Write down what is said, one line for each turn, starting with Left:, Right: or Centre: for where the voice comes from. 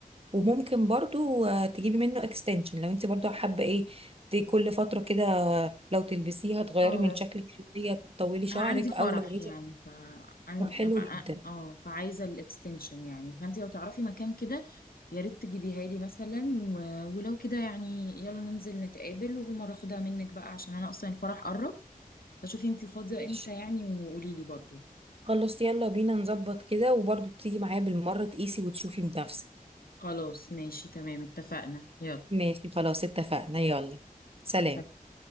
Right: وممكن برضو آه، تجيبي منه اكستنشن لو انت برضو حابه ايه ت- كل فتره كده لو تلبسيها تغيري
Left: اه
Right: من شكلك شويه تطولي شعرك
Left: انا عندي فرح
Right: او لو عايزه
Left: يعني ف عن...
Right: طب حلو
Left: ف-
Right: جدا
Left: اه فعايزه الاكستنشن يعني فانت لو تعرفي مكان كده يا ريت تجيبيها لي مثلا و... ولو كده يعني يلا ننزل نتقابل وبالمره اخدها منك بقى عشان انا اصلا الفرح قرب فشوفي انت فاضيه
Right: ماشي
Left: امتى يعني وقولي لي برضو
Right: خلاص يلا بينا نظبط كده وبرضو تيجي معايا بالمره تقيسي وتشوفي بنفسك
Left: خلاص ماشي تمام اتفقنا يلا
Right: ماشي خلاص اتفقنا يلا سلام
Left: سلام.